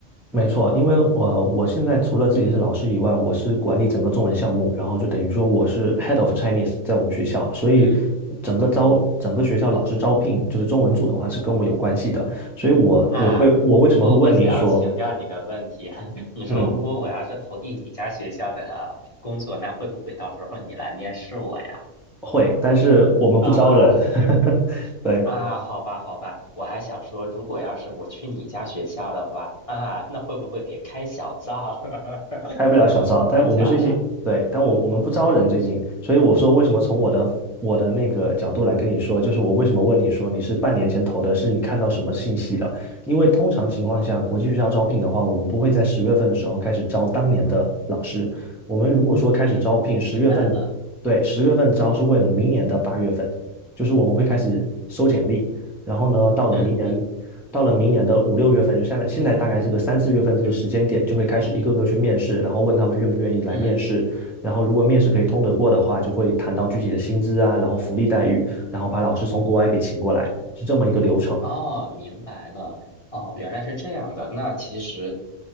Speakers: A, in the centre; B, on the left (about 35°).
A: 没错，因为我我现在除了自己是老师以外，我是管理整个中文项目，然后就等于说我是 head of Chinese 在我们学校，所以整个招整个学校老师招聘就是中文组的话是跟我有关系的，
B: 嗯
A: 所以我我会我为什么会问你说
B: 啊，我我想请教你个问题，<laughs> 你说如果我要是投递你家学校的工作，
A: 嗯
B: 那会不会到时候你来面试我呀？
A: 会，但是我们不招人，
B: 啊，<laughs>
A: <laughs> 对。
B: 啊，好吧，好吧，我还想说，如果要是我去你家学校的话，啊，那会不会给开小灶？<laughs>
A: 开不了小灶，
B: 开玩笑了，
A: 但我们最近对，但我我们不招人最近，所以我说为什么从我的我的那个角度来跟你说，就是我为什么问你说你是半年前投的，是你看到什么信息的？因为通常情况下，国际学校招聘的话，我们不会在十月份的时候开始招当年的老师，我们如果说开始招聘十月份，
B: 嗯，明白了，
A: 对，十月份招是为了明年的八月份，就是我们会开始收简历，然后呢，到了明年。
B: 嗯嗯
A: 到了明年的五六月份，就现在现在大概这个三四月份这个时间点，
B: 嗯
A: 就会开始一个个去面试，然后问他们愿不愿意来面试。
B: 嗯
A: 然后如果面试可以通得过的话，
B: 嗯。
A: 就会谈到具体的薪资啊，然后福利待遇，然后把老师从国外给请过来，是这么一个流程。
B: 哦，明白了。哦，原来是这样的。那其实